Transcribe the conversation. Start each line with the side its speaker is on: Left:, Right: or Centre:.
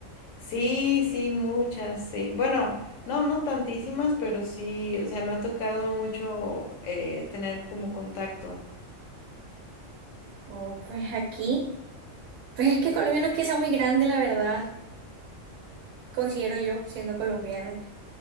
Left: Sí, sí, muchas, sí. Bueno, no, no tantísimas, pero sí, o sea, me ha tocado mucho eh, tener como contacto.
Right: Oh, pues aquí. Pues es que Colombia no es que sea muy grande, la verdad, considero yo, siendo colombiana.